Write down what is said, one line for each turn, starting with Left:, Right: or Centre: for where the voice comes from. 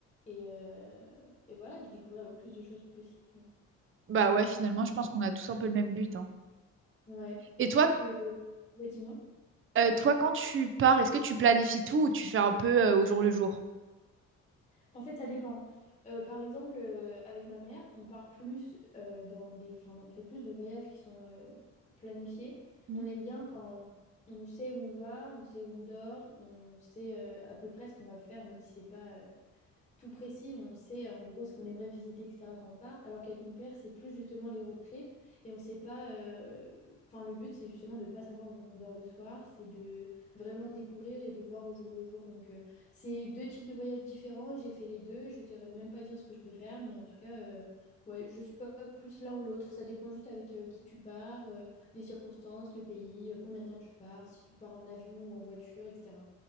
Left: et, euh, et voilà, de découvrir le plus de choses possible.
Right: Bah ouais, finalement, je pense qu'on a tous un peu le même but, hein.
Left: Ouais. Et
Right: Et
Left: tu
Right: toi,
Left: sais ce que... Ouais, dis-moi.
Right: Euh, toi, quand tu pars, est-ce que tu planifies tout ou tu fais un peu euh, au jour le jour?
Left: En fait, ça dépend. Euh, par exemple, euh, avec ma mère, on part plus euh, dans des... Enfin, on fait plus de voyages qui sont euh, planifiés.
Right: Mm.
Left: On aime bien quand on sait où on va, on sait où on dort, on sait euh, à peu près ce qu'on va faire, même si c'est pas... euh, tout précis, on sait en gros ce qu'on aimerait visiter, etc. quand on part, alors qu'avec mon père, c'est plus justement les road trips et on sait pas. euh, Enfin, le but, c'est justement de ne pas savoir où on dort le soir, c'est de vraiment découvrir et de voir au jour le jour. Donc, euh, c'est deux types de voyages différents. J'ai fait les deux et je ne saurais même pas dire ce que je préfère, mais en tout cas, euh, ouais, je suis pas plus l'un ou l'autre. Ça dépend juste avec euh, qui tu pars, euh, les circonstances, le pays, euh, combien de temps tu pars, si tu pars en avion ou en voiture, etc.